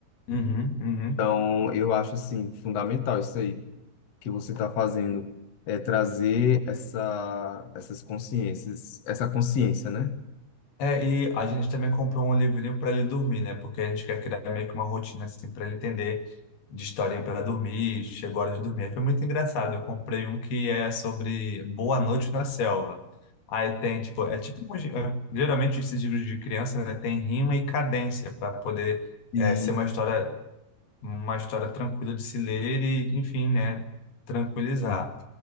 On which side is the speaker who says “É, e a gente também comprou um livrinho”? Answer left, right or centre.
Left